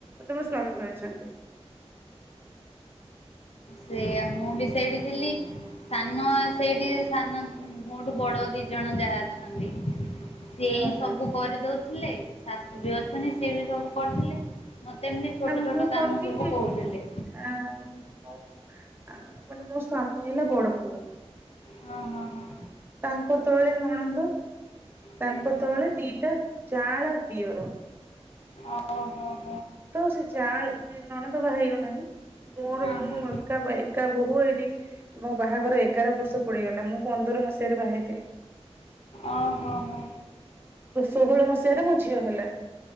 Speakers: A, on the right; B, on the left.
A: ତମ ସ୍ଵାମୀ କହିଛନ୍ତି
B: ସେୟା ମୁଁ ବି ସେଇଠି ଥିଲି ସାନ ସେଇଠି ସାନ ମୋଠୁ ବଡ ଦି ଜଣ ଯାହା ଅଛନ୍ତି ସିଏ ହିଁ
A: ଓହୋ
B: ସବୁ କରିଦଉ ଥିଲେ ଶାଶୁ ବି ଅଛନ୍ତି ସେ ବି ସବୁ କରୁଥିଲେ ମତେ ଏମିତି ଛୋଟ
A: ନା ମୁଁ
B: ଛୋଟ କାମ
A: କଣ କି
B: ସବୁ କହୁଥିଲେ।
A: ଆ ମୁ ଆ ମାନେ ମୋ ସ୍ଵାମୀ ହେଲାବଡ଼ ପୁଅ
B: ହଁ ହଁ ହଁ।
A: ତାଙ୍କ ତଳେ ନଣନ୍ଦ
B: ହୁଁ
A: ତାଙ୍କ
B: ହୁଁ।
A: ତଳେ ଦିଟା ଯାଆଁଳା ଦିଅର
B: ଓ ହୋ
A: ତ ସେ ଯା ଦ ନଣନ୍ଦ ବାହା ହେଇଗଲାଣି ମୋର
B: ହଁ
A: ମୁଁ
B: ହଁ।
A: ଏକା ଏକା ବୋହୁ ଏଇଠି ମୋ ବାହାଘର ଏଗାର ବର୍ଷ ପଡିଗଲା ମୁଁ ପନ୍ଦର ମସିହାରେ ବାହାଇଥିଲି
B: ଓହୋ ହୋ
A: ଷୋହଳ ମସିହାରେ ମ ଝିଅ ହେଲା